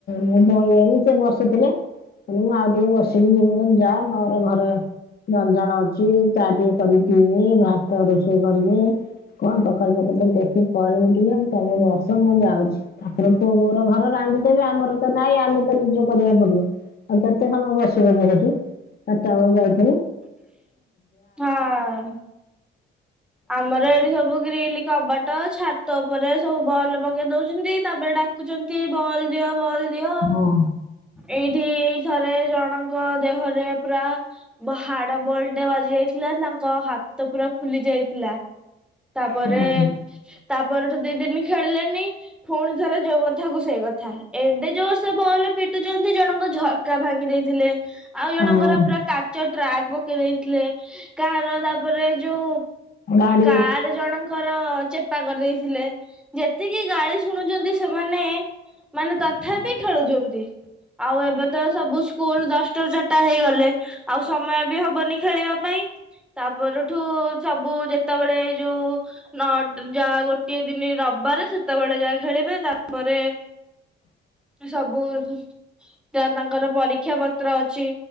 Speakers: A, on the left (about 50°); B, in the centre.
A: ମୁଁ ଗଲାବେଳକୁ ସେ ବସିଥିଲା। ମୁଁ ଆଉ ଟିକେ ବସିକି ଯିବି ମୁଁ କହିଲି ଯା ମର ଘରେ ଜଞ୍ଜାଳ ଅଛି ଚା ଟିକେ କରିକିି ପିଇବି ଭାତ ରୋଷେଇ କରିବି କଣ ତରକାରୀ ପତର ଟିଏ ଦେଖିକି କରିବି ଟିକେ ତମେ ଯା ତ ମୁଁ ଯାଉଛି ତାଙ୍କର ପୁଅ ବୋଉର ଘର ରାନ୍ଧି ଦେବେ ଆମର ତ ନାଇଁ ଆମେ ତ ନିଜେ କରିବାକୁ ପଡିବ। ଆଉ କେତେ ସମୟ ବସିବ କି ସେଠି ଆଉ ତଳୁ ଯାଇ
B: ହଁ ଆମର ଏଠି ସବୁ ଗିଲ୍ କବାଟ ଛାତ ଉପରେ ସବୁ ବଲ୍ ପକେଇ ଦଉଛନ୍ତି ତାପରେ ଡାକୁଛନ୍ତି ବଲ୍ ଦିଅ ବଲ ଦିଅ
A: ହଁ
B: ଏଇଠି ଏଇ ଥରେ ଜଣଙ୍କ ଦେହରେ ପୁରା ବା ହାଡ ବଲ ଟା ବାଜି ଯାଇଥିଲା ତାଙ୍କ ହାତ ପୁରା ଫୁଲି ଯାଇଥିଲା। ତାପରେ
A: ହଁ
B: ତା ପରଠୁ ଦି ଦିନ ଖେଳିଲେନି ପୁଣି ଥରେ ଯୋଉ କଥା କୁ ସେଇ କଥା ଏବେ ଯୋଉ ସେ ବଲ ପିଟୁଛନ୍ତି ଜଣଙ୍କ ଝରକା ଭାଙ୍ଗି ଦେଇଥିଲେ ଆଉ ଜଣଙ୍କର
A: ହଁ
B: ପୁରା କାଚ ଟ୍ରାକ୍ ପକେଇ ଦେଇଥିଲେ କାହାର ତାପରେ ଯୋଉ
A: ମା <unintelligible>
B: କାର ଜଣଙ୍କର ଚେପା କରିଦେଇଥିଲେ ଯେତିକି ଗାଳି ଶୁଣୁଛନ୍ତି ସେମାନେ ମାନେ ତଥାପି ଖେଳୁଛନ୍ତି ଆଉ ଏବେ ତ ସବୁ ସ୍କୁଲ ଦଶଟାରୁ ଚାରିଟା ହେଇଗଲେ ଆଉ ସମୟ ବି ହବନି ଖେଳିବା ପାଇଁ। ତା ପରଠୁ ସବୁ ଯେ- ଯେତେବେଳେ ଯୋଉ ନ ଯାହା ଗୋଟିଏ ଦିନି ରବିବାରେ ସେତେବେଳେ ଯାହା ଖେଳିବେ ତା ପରେ ସବୁ ତା ତାଙ୍କର ପରୀକ୍ଷା ପ ପତ୍ର ଅଛି